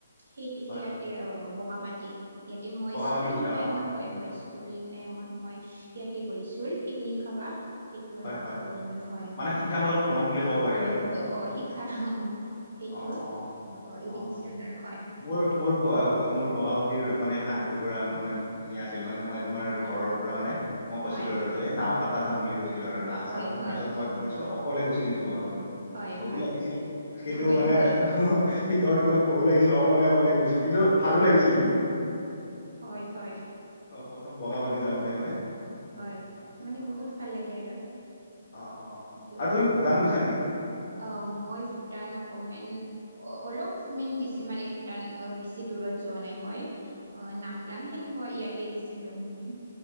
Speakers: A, on the right (about 70°); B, on the left (about 50°).
A: সেই সিয়াতে
B: হয়,
A: অ বগামাটি ইয়াতে মই
B: বগামাটি
A: স্কুলিং
B: গৈছা
A: টাইম
B: অ
A: হয়- হয় স্কুলিং টাইমত মই ইয়াতে গৈছিলো পিকনিক খাবা সেইটো আৰু
B: হয় হয়
A: ব্ৰণ, হয় -হয়
B: শিক্ষামূলক
A: মানে
B: ভ্ৰমণ বুলি ক'ব পাৰি
A: হয়
B: আৰু এইটো
A: -হয় অ শিক্ষাৰ অ সেইটো
B: অ -অ -অ,
A: ইডুকেশ্যনৰ হয়
B: মোৰ
A: হয়টো
B: -মোৰ- মোৰ বগ মাটিৰ মানে ঠাইতো পুৰা মানে ধুনীয়া আছিল মানে মই তোমাৰ
A: হয়
B: ঘৰৰ
A: হয়
B: পৰা মানে মই কৈছিলো
A: হয়
B: আৰু
A: হয়
B: যে এই নাওকটা যাম বুলি কৈছিলো লো আৰু ৰাস
A: হয়
B: চাব। তাৰ
A: হয়
B: পিছত, মই
A: হয়
B: কি কৰি ছো
A: হয়
B: অকলে গুচি গৈছো বগা মাটি
A: হয় হয়
B: ভয়ো
A: হয়
B: লাগিছিল কিন্তু মানে
A: হয়
B: ভিতৰত সোমাই ভয়ো লাগিছিল অকলে- অকলে গৈছো। কিন্তু ভালো লাগিছিল কিন্তু
A: হয় হয়
B: অ বগা মাটতি যাওঁতে মানে
A: হয়
B: অ
A: মানে
B: অ
A: বহুত ভাল লাগে। আৰু
B: অ -অ,
A: সেইটো
B: আৰু তুমি ভূটান গৈছা নেকি?
A: অ, মই ভূটান অকমান অ -অলপমান গেছি মানে ভূটান অ বেছি দূৰত যোৱা নাই মই। অ নামলাং সেনেকুৱা ইয়াতে গছে আৰু মানে